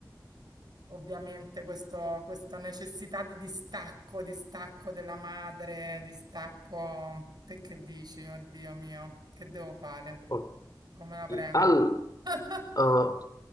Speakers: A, on the right; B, on the left.
A: Ovviamente questo- questa necessità di distacco, distacco della madre, distacco... Te che dici? Oddio mio, che devo fare?
B: ok.
A: Come la prendo?
B: Al-
A: <laughs>
B: eh, no,